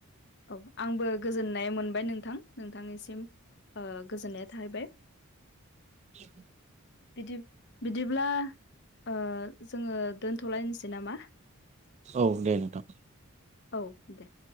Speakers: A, on the left (about 50°); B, on the right (about 30°).
A: औ आंबो गोजोननाय मोनबाय नोंथां नोंथांनिसिम ओ गोजोननाय थाहैबाय।
B: <inaudible>
A: बिदि बिदिब्ला जोङो दोनथ'लायनोसै नामा
B: औ दे नोंथां
A: औ दे